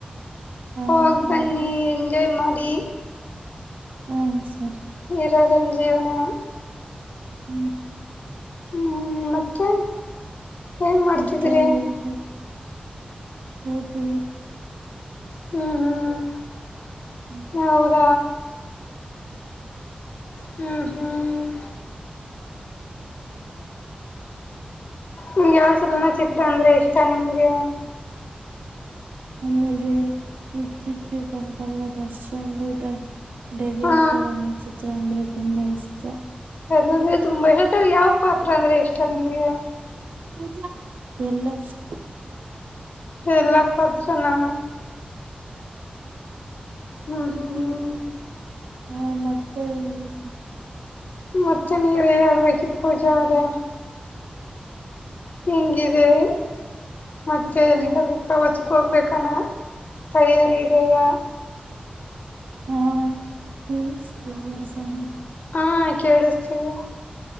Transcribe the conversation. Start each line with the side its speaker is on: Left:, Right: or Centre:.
Right: ಆ,
Left: ಹೋಗ ಬನ್ನಿ
Right: ಅದು
Left: ಎಂಜಾಯ್ ಮಾಡಿ.
Right: ಹ್ಮ್ ಸರಿ
Left: ಇರೋದ್ ಒಂದ್ ಜೀವನ.
Right: ಹ್ಮ್
Left: ಹ್ಮ್ ಮತ್ತೆ. ಏನ್ ಮಾಡ್ತಿದ್ರಿ
Right: ಮತ್ತೆ ಹೇಳ್ಬೇಕ ಮತ್ತು.
Left: ಹ್ಮ ಹ್ಮ
Right: ಹ್ಮ್,
Left: ಹೌದ. ಹ್ಮ್ ಹ್ಮ್ ನಿಮ್ಗೆ ಯಾವ್ ಚಲನ ಚಿತ್ರ ಅಂದ್ರೆ ಇಷ್ಟ ನಿಮ್ಗೆ.
Right: ನಂಗೆ <unintelligible> ಅಂತಲ್ವ ದರ್ಶಾಂದು ದ. ಡೆವಿಲ್
Left: ಹಾ
Right: ಚಲನ ಚಿತ್ರ ಅಂದ್ರೆ ತುಂಬಾ ಇಷ್ಟ.
Left: ಅದನಂದ್ರೆ ತುಂಬಾ ಅದೆ ಯಾವ ಪಾತ್ರ ಅಂದ್ರೆ ಇಷ್ಟ ನಿಮ್ಗೆ ಅ.
Right: ಪೂಜಾ ಎಲ್ಲ ಇಸ್
Left: ಎಲ್ಲಾ ಪಾತ್ರನ. ಹ್ಮ್ ಹ್ಮ್ ಹ್ಮ್
Right: ಹಾ ಮತ್ತೆ ಇ
Left: ಮತ್ತೆ ನೀವೆ ಹೇಳಬೇಕ ಪೂಜಾ ಅವ್ರೆ. ಹಿಂಗಿದೀವಿ ಮತ್ತೆ ಎಲ್ಲಿಗಾದ್ರು
Right: ಹಾ
Left: ಪ್ರವಾ ಹೋಗ್ಬೇಕಾನ ತಯಾರಿ ಇದೆಯ.
Right: ಹಾ ರಿಲ್ಸ್ <unintelligible>
Left: ಹಾ ಕೇಳಸ್ತೀದೇ.